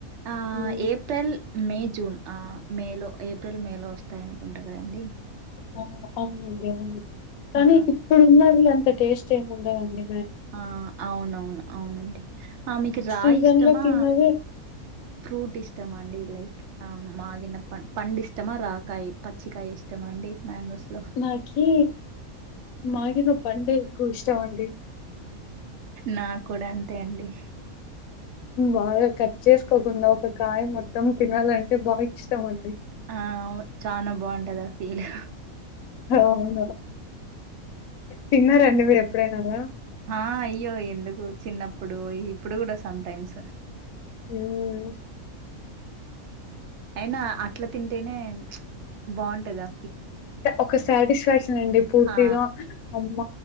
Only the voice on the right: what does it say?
ఆ
ఏప్రిల్ మే జూన్ ఆ మేలో ఏప్రిల్ మేలో వస్తాయి. అనుకుంటా కదండి
ఆ
ఆ అవునవును అవునండి. ఆ మీకు రాయిష్టమా
ఫ్రూట్ ఇష్టమన్డిలై ఆ మాగిన పం పండిష్టమా రాకాయ పచ్చికయ ఇష్టమా అండి. మ్యాంగోస్లో
నాకు కూడా అంతే అండి
ఆ అవ్ చానా బావుంటదా ఫీల్
హా అయ్యో ఎందుకు చిన్నప్పుడు ఇప్పుడు కూడా సంటైమ్స్
అయినా అట్ల తింటేనే బావున్టదా
ఆ